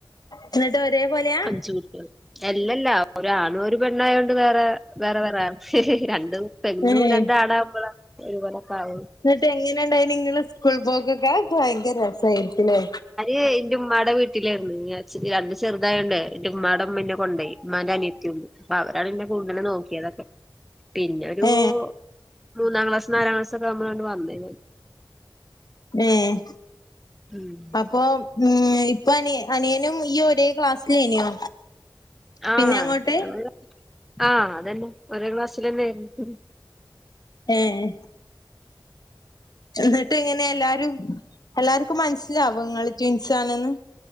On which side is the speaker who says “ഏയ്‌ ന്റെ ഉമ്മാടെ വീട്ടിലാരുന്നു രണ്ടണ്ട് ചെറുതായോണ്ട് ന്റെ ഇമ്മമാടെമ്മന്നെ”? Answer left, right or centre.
Centre